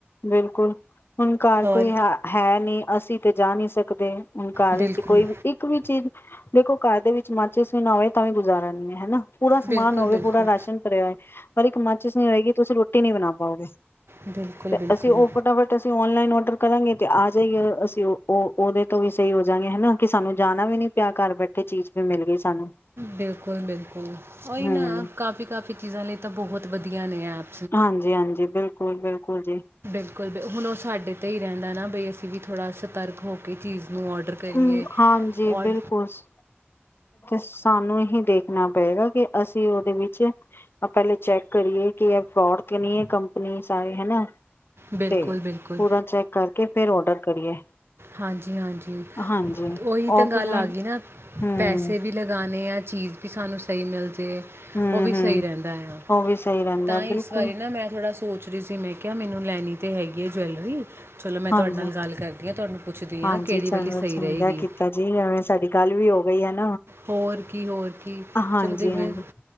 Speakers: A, on the left; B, on the right.
A: ਬਿਲਕੁਲ ਹੁਣ ਘਰ
B: ਔਰ
A: ਕੋਈ ਹੈ ਹੈ ਨਹੀਂ ਅਸੀਂ ਤੇ ਜਾ ਨੀ ਸਕਦੇ ਹੁਣ ਘਰ
B: ਬਿਲਕੁਲ
A: ਵਿੱਚ ਕੋਈ ਵੀ ਇੱਕ ਵੀ ਚੀਜ਼ ਦੇਖੋ ਘਰ ਦੇ ਵਿੱਚ ਮਾਚਿਸ ਵੀ ਨਾ ਹੋਵੇ ਤਾਂ ਵੀ ਗੁਜ਼ਾਰਾ ਨੀ ਹੈ ਹਨਾ ਪੂਰਾ ਸਮਾਨ
B: ਬਿਲਕੁਲ
A: ਹੋਵੇ
B: ਬਿਲਕੁਲ
A: ਪੂਰਾ ਰਾਸ਼ਨ ਭਰਿਆ ਪਰ ਇੱਕ ਮਾਚਿਸ ਨਹੀਂ ਹੋਏਗੀ ਤੁਸੀਂ ਰੋ ਟੀ ਨੀ ਬਣਾ ਪਾਓਗੇ
B: ਬਿਲਕੁਲ
A: ਤੇ
B: ਬਿਲਕੁਲ
A: ਅਸੀਂ ਉਹ ਫਟਾਫਟ ਅਸੀਂ ਓਨਲਾਈਨ ਔਡਰ ਕਰਾਂਗੇ ਤੇ ਆ ਸਹੀ ਅਸੀਂ ਉਹ ਉਹ ਉਹਦੇ ਤੋਂ ਵੀ ਸਹੀ ਹੋ ਜਾਂਗੇ ਹਨਾ ਕਿ ਸਾਨੂੰ ਜਾਣਾ ਵੀ ਨੀ ਪਿਆ ਘਰ ਬੈਠੇ ਚੀਜ਼ ਵੀ ਮਿਲ ਗਈ ਸਾਨੂੰ
B: ਬਿਲਕੁਲ ਬਿਲਕੁਲ ਉਹੀ
A: ਹਮ
B: ਨਾ ਕਾਫੀ ਕਾਫ਼ੀ ਚੀਜ਼ਾਂ ਲਈ ਤਾਂ ਬਹੁਤ ਵਧੀਆ ਨੇ ਐਪ
A: ਹਾਂਜੀ ਹਾਂਜੀ ਬਿਲਕੁਲ ਬਿਲਕੁਲ ਜੀ
B: ਬਿਲਕੁਲ ਬ ਹੁਣ ਉਹ ਸਾਡੇ ਤੇ ਹੀ ਰਹਿੰਦਾ ਨਾ ਬਈ ਅਸੀਂ ਵੀ ਥੋੜ੍ਹਾ ਸਤਰਕ ਹੋ ਕੇ ਚੀਜ਼ ਨੂੰ ਔਡਰ ਕਰੀਏ
A: ਹਮ ਹਾਂਜੀ
B: ਔਡ
A: ਬਿਲਕੁਲ ਸਾਨੂੰ ਇਹੀ ਦੇਖਣਾ ਪਏਗਾ ਕਿ ਅਸੀ ਉਹਦੇ ਵਿੱਚ ਪਹਿਲੇ ਚੈੱਕ ਕਰੀਏ ਕਿ ਇਹ ਫਰੋਡ ਤੇ ਨਹੀ ਹੈ ਕੰਪਨੀ ਸਾਰੇ ਹਨਾ
B: ਬਿਲਕੁਲ
A: ਤੇ
B: ਬਿਲਕੁਲ
A: ਪੂਰਾ ਚੈੱਕ ਕਰਕੇ ਫਿਰ ਔਡਰ ਕਰੀਏ
B: ਹਾਂਜੀ ਹਾਂਜੀ
A: ਹਾਂਜੀ
B: ਓਹੀ ਤਾਂ
A: ਔਫਲਾਈਨ
B: ਗੱਲ ਆ ਗਈ ਨਾ
A: ਹੂੰ
B: ਪੈਸੇ ਵੀ ਲਗਾ ਨੇ ਚੀਜ਼ ਵੀ ਸਾਨੂੰ ਸਹੀ ਮਿਲਦੀ ਅਤੇ
A: ਹੂੰ
B: ਉਹ ਵੀ
A: ਹੂੰ
B: ਸਹੀ ਰਹਿੰਦਾ ਆ
A: ਉਹ ਵੀ ਸਹੀ ਰਹਿੰਦਾ
B: ਤਾਂ ਹੀ
A: ਬਿਲਕੁਲ
B: ਇਸ ਬਾਰੀ ਨਾ ਮੈਂ ਥੋੜ੍ਹਾ ਸੋਚ ਰਹੀ ਸੀ ਮੈਂ ਕਿਹਾ ਮੈਨੂੰ ਲੈਣੀ ਤੇ ਹੈਗੀ ਹੈ ਜਵੈਲਰੀ ਚਲੋ ਮੈਂ
A: ਹਾਂਜੀ
B: ਤੁਹਾਡੇ ਨਾਲ ਗੱਲ ਹਾਂ ਤੁਹਾਨੂੰ ਪੁੱਛਦੀ
A: ਹਾਂਜੀ
B: ਹਾਂ ਕਿਹੜੀ
A: ਚਲੋ
B: ਵਾਲੀ ਸਹੀ
A: ਚੰਗਾ
B: ਰਹੇਗੀ
A: ਕੀਤਾ ਜੀ ਐਵੇਂ ਸਾਡੀ ਗੱਲ ਵੀ ਹੋ ਗਈ ਹਨ
B: ਹੋਰ ਕੀ ਹੋਰ ਕੀ
A: ਹਾਂਜੀ
B: ਚਲੋ ਜਿਵੇਂ
A: ਹਾਂਜੀ